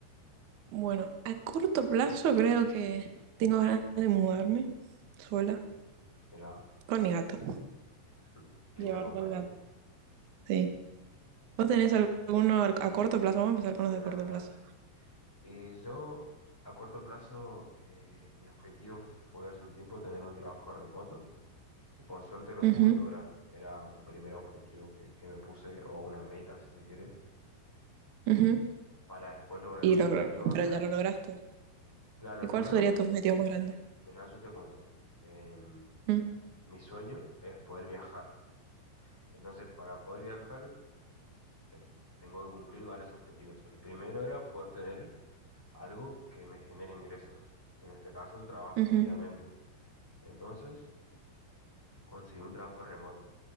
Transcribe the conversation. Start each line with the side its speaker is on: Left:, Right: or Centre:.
Right: Bueno, a corto plazo creo que tengo ganas de mudarme sola
Centre: Mirá,
Right: con mi gato.
Centre: <laughs> linda
Right: Llevarlo
Centre: compañía,
Right: al gato. Sí. ¿Vos tenés alguno al- a corto plazo? Vamos a empezar con
Centre: gran
Right: los de corto
Centre: avance.
Right: plazo.
Centre: Y yo a corto plazo, eh, mi objetivo fue hace un tiempo tener un trabajo remoto Y por suerte lo
Right: Ujú,
Centre: pude lograr. Era un primer objetivo que, que me puse, o una meta, si se quiere,
Right: ujú.
Centre: para después lograr
Right: Y
Centre: un
Right: lo
Centre: objetivo
Right: logró,
Centre: más
Right: pero
Centre: grande.
Right: ya lo lograste.
Centre: Claro,
Right: ¿Y
Centre: el
Right: cuál
Centre: primero,
Right: sería tu objetivo más grande?
Centre: mira, yo te cuento. em,
Right: Mm,
Centre: mi sueño es poder viajar. Entonces, para poder viajar, te- tengo que cumplir varios objetivos. El primero era poder tener algo que me genere ingresos. En este caso, un trabajo,
Right: ujú.
Centre: obviamente. Entonces, conseguí un trabajo remoto